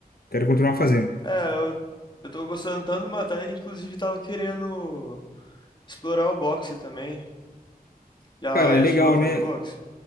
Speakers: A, on the left; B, on the left.
A: quero continuar fazendo.
B: É, eu, eu tô gostando tanto do Muay Thai, que inclusive tava querendo Explorar o boxe também. Já,
A: Cara, é
B: já
A: legal,
B: chegou a fazer
A: né?
B: boxe?